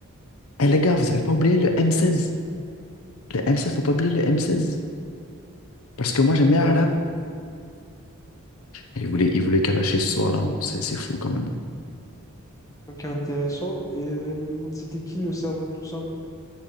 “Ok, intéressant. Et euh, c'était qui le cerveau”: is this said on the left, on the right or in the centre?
Left